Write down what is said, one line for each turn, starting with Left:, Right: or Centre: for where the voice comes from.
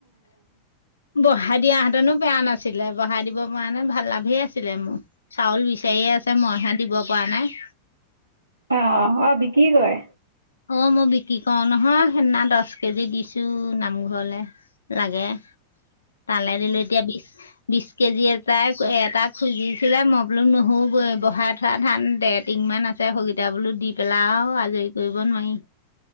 Left: ব বহাই দিয়াহঁতেনো বেয়া নাছিলে। বহাই দিব পৰা নে ভাল লাভেই আ ছিলে মোৰ। চাউল বিচাৰিয়ে আছে, মইহে দিব পৰা নাই।
Right: অহ অ বিকি কয়।
Left: অ মই বিক্ৰী কৰো নহয় সেইদিনা দছ কেজি দিছো নামঘৰলে। লাগে তালে দিলো এতিয়া বিছ। বিছ কেজি এটাই এটা খুজিছিলে মই বোলো নহবই বহাই থোৱা ধান দেৰটিঙ ইমান আছে সৌগিতা বোলো দি পেলাইও আজৰি কৰিব নোৱাই।